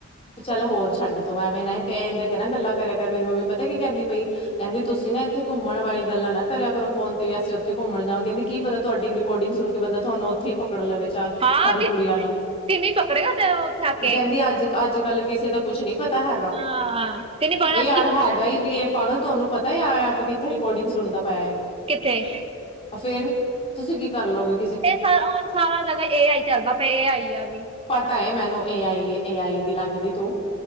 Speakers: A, on the left (about 25°); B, on the right (about 25°).
A: ਚੱਲ, ਹੋਰ ਛੱਡ ਤੂੰ ਐਵੇਂ ਨਾ ਤੇ ਇਹਦੇ'ਤੇ ਨਾ ਗੱਲਾਂ ਕਰਿਆ ਕਰ, ਮੇਰੀ ਮੰਮੀ ਪਤਾ ਕੀ ਕਹਿੰਦੀ ਪਈ ਕਹਿੰਦੀ, ਤੁਸੀਂ ਨਾ ਇੱਥੇ ਘੁੰਮਣ ਵਾਲੀ ਗੱਲਾਂ ਨਾ ਕਰਿਆ ਕਰੋ ਫੋਨ'ਤੇ ਵੀ ਅਸੀਂ ਉੱਥੇ ਘੁਮਣ ਜਾਨਾ ਕਹਿੰਦੀ, ਕੀ ਪਤਾ ਤੁਹਾਡੀ ਰਿਕੌਰਡਿੰਗ ਸੁਣ ਬੰਦਾ ਤੁਹਾਨੂੰ ਉੱਥੇ ਹੀ ਪਕੜ ਲਵੇ,
B: ਹਾਂ
A: ਸਾਰੀ
B: ਤੇ
A: ਕੁੜੀਆਂ ਨੂੰ,
B: ਤਿੰਨੇ ਪਕੜੇਗਾ ਤੇ ਉੱਥੇ ਆ ਕੇ
A: ਕਹਿੰਦੀ ਅੱਜ ਅੱਜਕੱਲ ਕਿਸੇ ਦਾ ਕੁਛ ਨਹੀਂ ਪਤਾ ਹੈਗਾ,
B: ਹਾਂ ਤਿੰਨੇ ਪਕੜ
A: ਇਹ
B: ਅੰਜਲੀ
A: ਯਾਰ
B: ਕੋ
A: ਹੈਗਾ ਹੀ ਵੀ ਇਹ ਪਾਗਲ ਤੁਹਾਨੂੰ ਪਤਾ ਹੀ ਆਹ ਐਪ, ਕਿੱਥੇ ਰਿਕੌਰਡਿੰਗ ਸੁਣਦਾ ਪਿਆ ਹੈ?
B: ਕਿੱਥੇ?
A: ਫੇਰ, ਤੁਸੀਂ ਕੀ ਕਰਲਓਗੇ।
B: ਇਹ ਸਾਰਾ ਹੁਣ ਸਾਰਾ ਜਗ੍ਹਾ, ਏ ਆਈ ਚੱਲਦਾ ਪਿਆ, ਏ ਆਈ ਆ ਵੀ।
A: ਪਤਾ ਏ ਮੈਨੂੰ, ਏ ਆਈ ਏ, ਏ ਆਈ ਦੀ ਲੱਗਦੀ ਤੂੰ।